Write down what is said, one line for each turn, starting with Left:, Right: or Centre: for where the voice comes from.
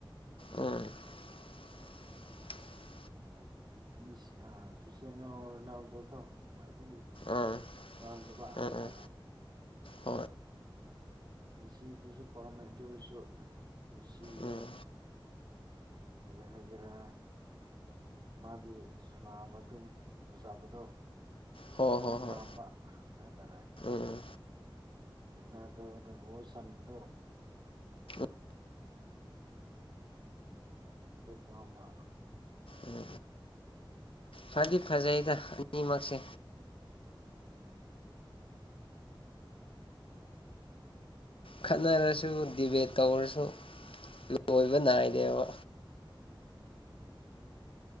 Left: ꯎꯝ <unintelligible>
Right: ꯑꯥ ꯃꯤ ꯑꯥ ꯀ꯭ꯔꯤꯁꯇꯌꯥꯅꯣ ꯔꯣꯅꯥꯜꯗꯣꯗꯣ ꯈ꯭ꯋꯥꯏꯗꯒꯤ
Left: ꯎꯝ
Right: ꯄꯥꯝꯖꯕ ꯍꯥꯏꯇꯥꯔꯦ
Left: ꯎꯝ ꯎꯝ ꯍꯣꯏ
Right: ꯃꯦꯁꯤꯗꯨꯁꯨ ꯄꯥꯝꯃꯦ ꯑꯗꯨ ꯑꯣꯏꯔꯁꯨ ꯃꯦꯁꯤꯗꯣ
Left: ꯎꯝ
Right: ꯀꯔꯤ ꯍꯥꯏꯒꯦꯔꯥ ꯃꯥꯗꯤ ꯁꯥꯟꯅꯕ ꯑꯗꯨꯝ ꯐꯖꯕꯗꯣ
Left: ꯍꯣꯏ
Right: ꯑꯃꯨꯛ
Left: ꯍꯣꯏ ꯍꯣꯏ
Right: ꯄꯥꯝꯕ ꯍꯥꯏꯇꯥꯔꯦ
Left: ꯎꯝ
Right: ꯔꯣꯅꯥꯜꯗꯣ ꯅꯥ ꯒꯣꯜ ꯆꯟꯕꯗꯣ
Left: ꯎꯝ
Right: ꯑꯗꯨ ꯄꯥꯝꯃ
Left: ꯎꯝ ꯐꯗꯤ ꯐꯖꯩꯌꯦꯗ ꯑꯅꯤꯃꯛꯁꯦ
Right: ꯎꯝ
Left: ꯈꯠꯅꯔꯁꯨ ꯗꯤꯕꯦꯠ ꯇꯧꯔꯁꯨ ꯂꯣꯏꯕ ꯅꯥꯏꯗꯦꯕ
Right: ꯎꯝ